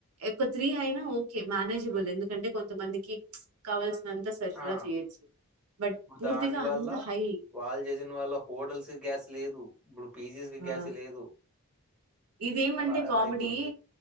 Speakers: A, on the right; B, in the centre.
A: ఎక్కువ త్రీ అయినా ఓకే మేనేజబుల్ ఎందుకంటే అంటే కొంతమందికి కావాల్సినంతా సరఫరా
B: ఆ
A: చేయొచ్చు బట్
B: ఇప్పుడు
A: పూర్తిగా
B: దాని వల్ల
A: అంత హై.
B: వాళ్ళు చేసిన వాళ్ళ హోటల్స్కి గ్యాస్ లేదు డిజిల్
A: ఆ!
B: గ్యాస్ లేదు
A: ఇదేమంటే
B: అలా అలా
A: కామిడీ
B: అయిపోయింది